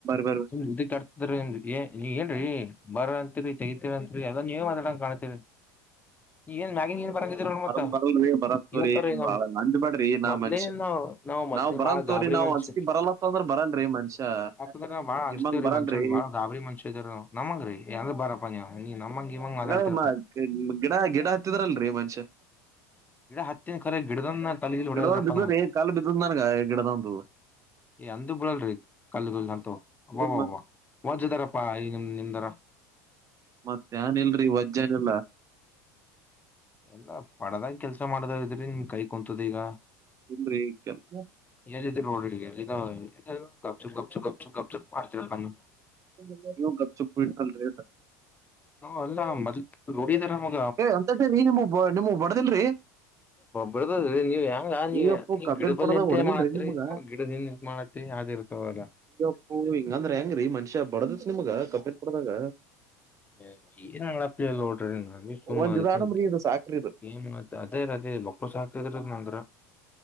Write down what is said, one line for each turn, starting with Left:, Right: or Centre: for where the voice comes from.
Right: ಬರ್ರಿ
Left: ಇದ ಕಟ್ತ್ರನ್ ಏನೀ ಏನ್ರೀ ಬರ ಅಂತಿರಿ ತಗತಿರಂತತ್ರಿ ಅದ ನೀವೇ ಮಾತಾಡ. ಕಾಣತೀವಿ. ಈಏನ್ ಮ್ಯಾಗಿನ್ ಏನ್ ಬರಂಗಿದಿರ ಮತ್ತ
Right: ಬರದ್ ಬರಲ್ರಿ ಬರತ್ ತೋರಿ
Left: ಇವತ್ತ
Right: ನೀವ್
Left: ಈ
Right: ಅಂದ್ಬೇಡ್ರಿ ನಾ
Left: ಮೊದ್ಲೇ
Right: ಮನುಷ್ಯ
Left: ಏನು. ನಾವು ಮದ
Right: ನಾವ್ ಬರಲ್
Left: ಬಾಳ
Right: ತೋರಿ
Left: ಗಾಬರಿ
Right: ನಾವ್
Left: ಮನಷ್ಯ
Right: ಒಂದ್ಸತಿ ಬರಲ್ಲತ್ತ ಅಂದ್ರ ಬರಲ್ರಿ ಮನುಷ್ಯ
Left: ಆ ಬಾಳ ಹಂಚ್ತವರೀ
Right: ನಿಮ್ಮಂಗ್ ಬರಲ್ರಿ
Left: ಮಂಷ ಬಾಳ ಗಾಬರಿ. ಮಷ ಇದರ ನಮ್ಮಂಗ ರೀ ಬಾರ ನೀ ನಮ್ಮಂಗ ಮಾತಾಡ್.
Right: ಹಾಗಾದ್ರೆ ಮ- ಕ- ಗಿಡ ಗಿಡ ಹತ್ತಿದ್ರಲ್ರಿ ಮನಷ್ಯ.
Left: ಗಿಡ ಹತ್ತಿನ ಖರೆ ಗಿಡದನ್ನ ಕಲ್ಗಿಲ್ ಹೊಡಲ್ರಪ್ಪ
Right: ಗಿಡದ ಬ್ರೀ
Left: ನಾವ್
Right: ಕಾಲು ಬಿದ್ದ ನನ್ಗ ಗಿಡದಂತ.
Left: ಏ ಅಂದ ಬಿಳಲ್ರಿ ಕಲ್ಲ ಅಂತೂವ್ವ
Right: ಮತ್ತ್
Left: ವಜ್ದಾರಪ್ಪಾ ಈ ನಿಮ್ ನಿಮ್ದಾರ.
Right: ಮತ್ತ ಏನ್ ಇಲ್ರರಿ ವಜ್ಜನ್ ಇಲ್ಲಾ.
Left: ಎಲ್ಲಾ ಪಡದಂಗ ಕೆಲ್ಸ ಮಾಡುದ ಇದ್ರಿ ನಿಮ್ ಕೈ ಕುಂತದೀ ಈಗ.
Right: ಇಲ್ರರಿ ಕೆಲ್ಸ.
Left: ಎಲ್ಲಿದ್ದೀರಿ <unintelligible> ಮಾಡ್ತಿರಪ್ಪ ನೀವು
Right: ಈಗ ಗಪ್ ಚುಪ್ಪ ಇಟ್ಕಲ್ರಿ.
Left: ಹಾ ಅಲ್ಲ <unintelligible>
Right: ಏ ಅಂತಟರಿ ನಿಮ್ಮ ನೀವು ಬಡದಿಲ್ರಿ.
Left: ಬಿಡದದೀ ನೀವ್ ಹೆಂಗ
Right: ಅಯ್ಯಪ್ಪು
Left: ನೀ
Right: ಕಬ್ಬಿನ
Left: ಗಿಡ ಬಲ್
Right: ಪಡದಾಗ
Left: ಅಂತ
Right: ಹೊಡೆದಿನ್ರಿ
Left: ಮಾಡತ್ರಿ
Right: ನಿಮಗ
Left: ಗಿಡದಿಂದ ಮಾಡತ್ರಿ. ಅದು ಇರ್ತಾವಲ್ಲ.
Right: ಓ ಹಿಂಗಂದ್ರ ಹೆಂಗ್ರೀ ಮನುಷ್ಯ್ಯಾ ಬಡದತ್ ನಿಮ್ಗ ಕಪ್ಪೇತ್ ಬಡದಾಗ.
Left: <unintelligible>
Right: ಒಂದ್ ಇದಾಡಮ್ರಿ ಇದು ಸಾಕ್ರಿ
Left: <unintelligible>
Right: ಇದು